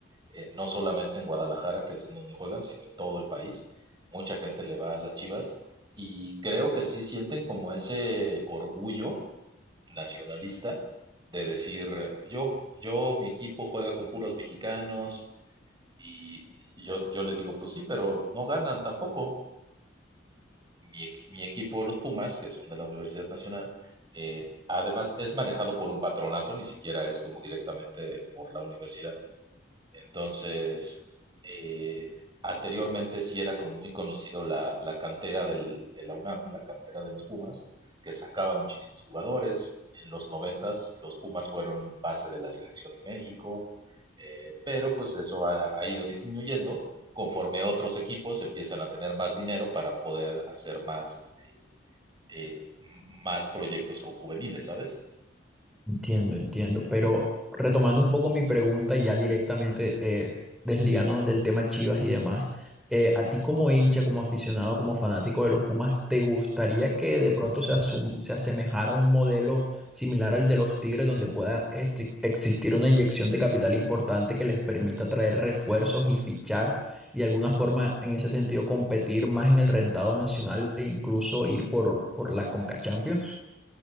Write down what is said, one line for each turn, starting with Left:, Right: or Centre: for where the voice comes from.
Right: eh, no solamente en Guadalajara, que es en donde juegan, sino en todo el país. Mucha gente le va a las Chivas y creo que sí sienten como ese orgullo nacionalista de decir, yo, yo, mi equipo juega con puros mexicanos y yo, yo les digo, pues sí, pero no ganan tampoco. Mi, equ- mi equipo, los Pumas, que son de la Universidad Nacional, eh, además es manejado por un patronato, ni siquiera es como directamente por la universidad entonces, eh, anteriormente sí era como muy conocido la, la cantera del- de la UNAM, la cantera de los Pumas, que sacaba muchísimos jugadores. En los noventas los Pumas fueron base de la selección de México, eh, pero pues eso ha, ha ido disminuyendo conforme otros equipos empiezan a tener más dinero para poder hacer más, este, eh, m- más proyectos con juveniles, ¿sabes?
Centre: Entiendo, entiendo, pero retomando un poco mi pregunta y ya directamente eh, desligándonos
Right: Sí.
Centre: del tema Chivas y demás, eh, a ti como hincha, como aficionado, como fanático de los Pumas, ¿te gustaría que de pronto se, asum- se asemejara a un modelo similar al de los Tigres donde pueda esti- existir una inyección de capital importante que les permita traer refuerzos y fichar y de alguna forma en ese sentido competir más en el rentado nacional e incluso ir por, por la Conca Champions?